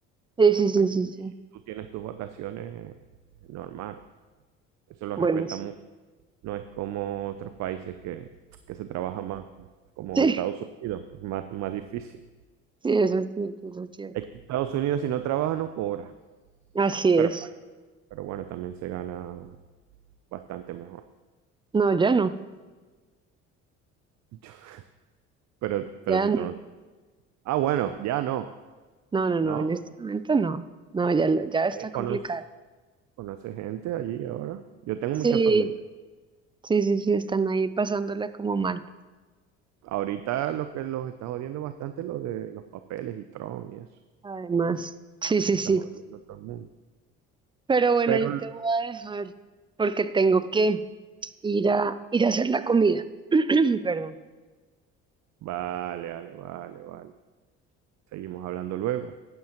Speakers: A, on the right; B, on the right.
A: Sí, sí, sí,
B: Aquí
A: sí, sí.
B: tú tienes tus vacaciones normal, eso lo
A: Bueno,
B: respeta
A: <laughs>
B: mucho.
A: sí.
B: No es como otros países que, que se trabaja más, pues, como
A: Sí,
B: Estados Unidos, que es más, más difícil.
A: sí, eso es cierto, eso es cierto.
B: Es que Estados Unidos si no trabaja no cobra,
A: Así
B: pero
A: es.
B: bueno, pero bueno, también se gana bastante mejor.
A: No, ya no,
B: <laughs> Pero, pero
A: ya
B: si
A: no.
B: tú no... Ah, bueno, ya no,
A: No, no,
B: ¿no?
A: no, en este momento no. No, ya, lo- ya está
B: Eh, conoce-
A: complicado.
B: conoce gente allí ahora? Yo tengo
A: Sí,
B: mucha familia.
A: sí, sí, sí, están ahí pasándola como mal.
B: Ahorita lo que los está jodiendo bastante es lo de los papeles y Tron y eso,
A: Además, sí, sí,
B: que está
A: sí.
B: jodiendo a todo el mundo.
A: Pero bueno,
B: Pero,
A: yo te voy a dejar porque tengo que ir a, ir a hacer la comida. <clears throat> Perdón.
B: vale, vale, vale, vale. Seguimos hablando luego.